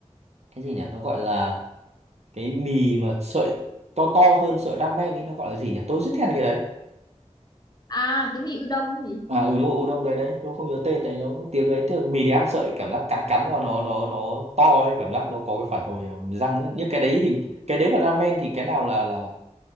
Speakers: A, on the right (about 60°); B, on the left (about 35°).
A: cái gì nhỉ nó gọi là cái mì mà sợi to to hơn sợi ramen ấy nó gọi là gì nhỉ tôi rất thèm cái đấy
B: à cái mì udon cái gì
A: à ừ đúng rồi, udon đấy đấy tôi không nhớ tên tại nó tiếng ấy tức là mì đi ăn sợi cảm giác cắn cắn vào nó nó nó to ấy cảm giác nó có cái phản hồi ở răng ấy. như cái đấy hình cái đấy và ramen thì cái nào là là